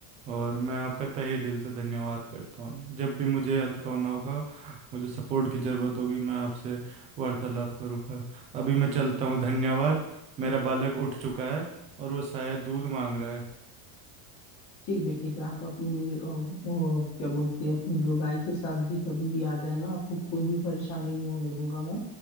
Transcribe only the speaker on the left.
ठीक है ठीक है आप अपनी अ, अ, क्या बोलते हैं अपनी लोगाई के साथ भी कभी भी आ जाना आपको कोई भी परेशानी नहीं होने दूंगा मैं